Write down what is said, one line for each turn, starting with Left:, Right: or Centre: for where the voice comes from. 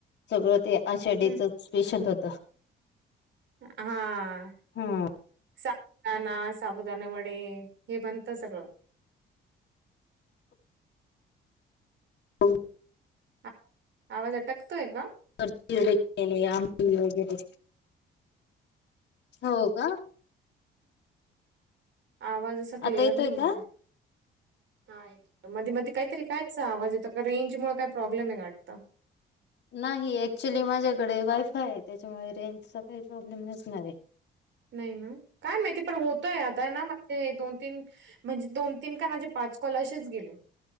Left: सगळं ते. आषाढीचंच
Right: हं.
Left: स्पेशल होतं.
Right: हा.
Left: हा.
Right: साबुदाणा, साबुदाणे वडे हे बनतं सगळं.
Left: <unintelligible>
Right: आवाज, आवाज अटकतोय का?
Left: <unintelligible> आमट वगैरे हो का
Right: आवाज असा क्लिअर
Left: आता येतोय
Right: नी येते.
Left: का?
Right: हां येत् मधी मधी काईतरी काय असा आवाज येतो का रेंज मुळं काय प्रॉब्लेमे वाटतं.
Left: नाही ऍक्च्युली माझ्याकडे वायफाये त्याच्यामुळे रेंजचा काही प्रॉब्लेम नसणारे.
Right: नाई न काय माईती पण ऊत काय आताय ना माझे दोन तीन म्हणजे दोन तीन काय माझे पाच कॉल असेच गेले.